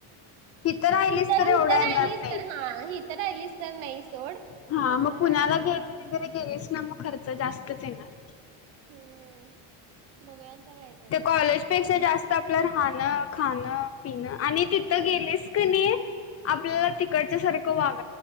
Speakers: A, on the left (about 35°); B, on the right (about 75°).
A: इीथं राहिलीस
B: हित हित
A: तर एवढा
B: राहिलीस
A: येणार नाही.
B: तर हा हित राहिलीस तर नाही सोड.
A: हा
B: तिकडं
A: मग
B: राहिलीस
A: पुण्याला गेले
B: तर
A: वगैरे गेलेस ना मग खर्च जास्तच येणार
B: हम्म बघूया आता काय काय करायचं.
A: ते कॉलेजपेक्षा जास्त आपलं राहणं खाणं पिणं आणि तिथं गेलेस क नाही आपल्याला तिकडच्या सारखं वाग.